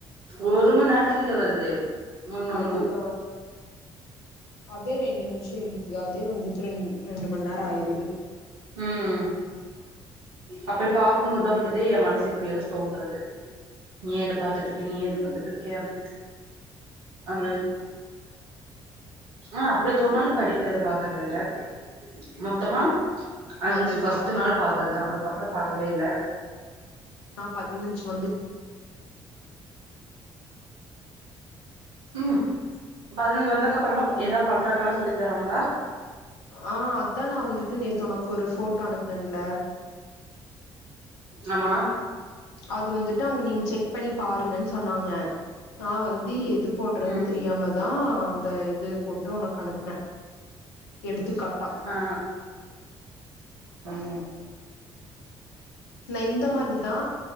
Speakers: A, on the right; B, on the left.
A: ஒரு மண் நேரத்துக்கிட்ட வருது ஒன்னு
B: அதுதா
A: ஒன்னு
B: அதே ரெண்டு நிமிஷ இழுத்து அதே வந்துட்டு ரெண் ரெண்டு மண் நேர ஆயிருது
A: ம் அப்படி பாக்கும்போதுதா வந்துட்டு என் மனசு இப்படியெல்லா தோன்றது ஏ அத பாத்துட்டு இனி ஏ அத பாத்துட்டு கேப் அம ஆனா அப்படி தொன்னாலு படிக்கிறத பாக்கறதுல்ல மொத்தமா அஞ்சு
B: அதுதான்
A: ஃர்ஸ்ட் நாள் பாத்தது தா அதுக்கப்புற பாக்கவே இல்ல
B: நா பதினஞ்சு வந்துட்
A: ம் பதினஞ்சு வந்தக்கப்றமா எதா பண்றக்கல்லா சொல்லித்தராங்களா
B: ஆ அதா நா வந்துட்டு நேத்து உனக்கொரு ஃபோட்டோ அனுப்பனன்ல
A: ஆமா
B: அது வந்துட்டு அவுங்க நீங் செக் பண்ணி பாருங்கன் சொன்னாங்க நா வந்து எது போற்றதுன்
A: ம்
B: தெரியாமதா அந்த இது போட்டு உனக் அனுப்னே எடுத்துக்கா
A: ஆ ம்
B: நா இந்த மாரிதா